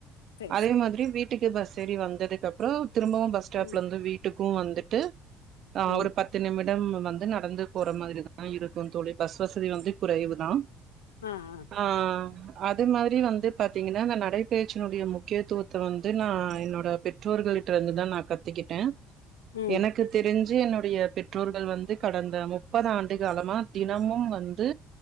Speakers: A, on the left; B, on the right.
A: செரி
B: அதே
A: செரி
B: மாதிரி வீட்டுக்கு பஸ் சரி வந்ததுக்கு அப்புறம் திரும்பவும் பஸ்ஸ்டாப்லந்து
A: ம்
B: வீட்டு க்கும் வந்துட்டு ஆஹ்
A: ம்
B: ஒரு பத்து நிமிட இடம் வந்து நடந்து போற மாதிரிதான் இருக்கும் தோழி பஸ் வசதி வந்து குறைவு தான்
A: ஆ ஆ
B: ஆஹ் அது மாதிரி வந்து பாத்தீங்கன்னா இந்த நடைபயிற்சியினுடைய முக்கியத்துவத்தை வந்து நான் என்னோட பெற்றோர்களிட்ட இருந்துதான் நான் கத்துக்கிட்டேன்
A: ம்
B: எனக்கு தெரிஞ்ச என்னுடைய பெற்றோர்கள் வந்து கடந்த முப்பது ஆண்டு காலமா தினமும் வந்து